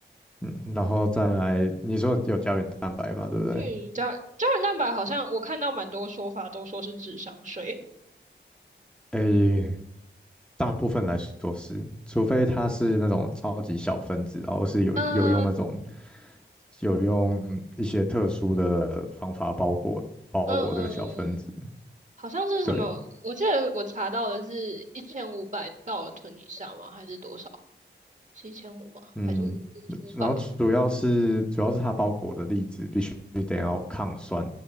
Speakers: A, in the centre; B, on the right (about 40°).
A: 嗯，然后再来，你说有胶原蛋白吧，对不对？
B: 嗯，胶胶原蛋白好像我看到蛮多说法都说是智商税。
A: 诶、大部分来说是，除非它是那种超级小分子，然后是有有用那种
B: 嗯嗯
A: 有用一些特殊的方法包裹包裹这个小分子。
B: 嗯嗯，好像是什么？
A: 对，
B: 我记得我查到的是一千五百到存以下吗？还是多少？是一千五吗？
A: 嗯，
B: 还是五五百
A: 然后主要是主要是它包裹的粒子必须得要抗酸，